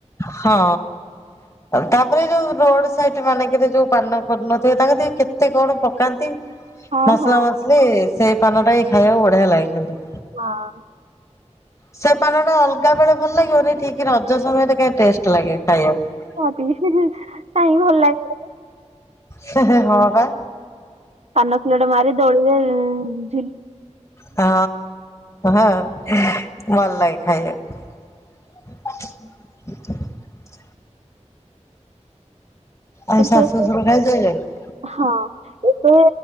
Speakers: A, on the left; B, on the right.
A: ହଁ। ତାପରେ ଯୋଉ ରୋଡ୍ ସାଇଟି ମାନଙ୍କରେ ଯୋଉ ପାନ କରୁନଥିବେ ତାଙ୍କ <unintelligible> କେତେ କଣ ପକାନ୍ତି।
B: ଆଉ।
A: ମସଲା
B: ହଁ ହଁ।
A: ମସଲି ସେଇ ପାନଟା ହିଁ ଖାଇବାକୁ ବଢିଆ ଲାଗେ କିନ୍ତୁ।
B: <unintelligible>
A: ସେ ପାନଟା ଅଲଗା ବେଳେ ଭଲ ଲାଗିବନି ଠିକ୍ ର ଜ ସମୟରେ କାଇଁ ଟେଷ୍ଟ ଲାଗେ ଖାଇବାକୁ।
B: କୁହତି <unintelligible> କାହିଁକି ଭଲ ଲାଗେ।
A: ହେଁ ହେଁ ହଁ ପା।
B: କାନ ଖିଲଟେ ମାରି ଦୋଳିରେଏଁ ଉଁ
A: ହଁ ହଁ ଏହେଁ ଭଲ ଲାଗେ ଖାଇବାକୁ। <inaudible> ଆହେ
B: କେତେ
A: ଶାଶୁ ଶସୁର ଖାଇସାରିଲେଣୀ?
B: ହଁ ଏବେ